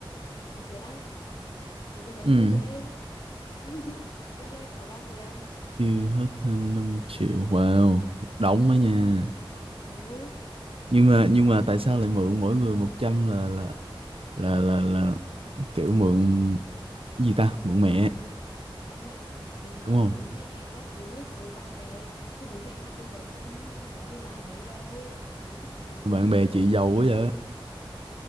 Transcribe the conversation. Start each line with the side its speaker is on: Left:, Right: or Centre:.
Left: tiền Việt á thì bây giờ em
Right: ừ
Left: nhân lên <laughs> nhân lên khoảng 3 tiền
Right: tiêu hết hai mươi lăm triệu wow đóng đó nha
Left: ừ
Right: nhưng mà
Left: rồi giờ
Right: nhưng mà tại sao lại mượn mỗi người một trăm là là là là là kiểu mượn gì ta mượn mẹ
Left: mượn thì mượn
Right: đúng không
Left: bố mẹ các thứ với bạn bè chứ bố mẹ chị bây giờ cũng có đi làm mấy đâu bố chị thì về hưu
Right: bạn
Left: rồi
Right: bè chị giàu quá vậy